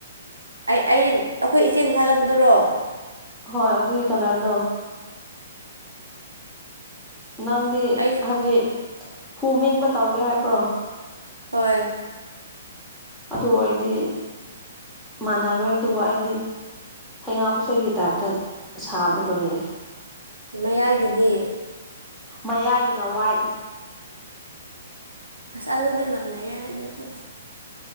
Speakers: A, on the right (about 85°); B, in the centre.
A: ꯑꯩ ꯑꯩ ꯑꯩꯈꯣꯏ ꯏꯆꯦꯅ ꯊꯥꯒꯠꯄꯗꯨꯔꯣ
B: ꯍꯣꯏ ꯑꯗꯨꯒꯤ ꯀꯂꯔꯅꯣ ꯅꯪꯗꯤ
A: ꯑꯩꯁꯨ
B: ꯍꯥꯏꯕꯗꯤ ꯍꯨ ꯃꯤꯡꯕ ꯇꯧꯒꯦ ꯍꯥꯏꯕ꯭ꯔꯣ
A: ꯍꯣꯏ
B: ꯑꯗꯨ ꯑꯣꯏꯗꯤ ꯃꯥꯟꯅꯔꯣꯏ ꯑꯗꯨꯕꯨ ꯑꯩꯗꯤ ꯐꯩꯉꯥ ꯄꯨꯁꯣꯏꯒꯤ ꯇꯥꯏꯞꯇ ꯁꯥꯕ ꯂꯣꯏꯌꯦ
A: ꯃꯌꯥꯏꯒꯤꯗꯤ
B: ꯃꯌꯥꯏꯒꯤꯅꯋꯥꯏꯠ
A: ꯑꯁ ꯑꯗꯨꯗꯤ ꯃꯥꯟꯅꯩ ꯌꯥꯏ ꯑꯗꯨꯁꯨ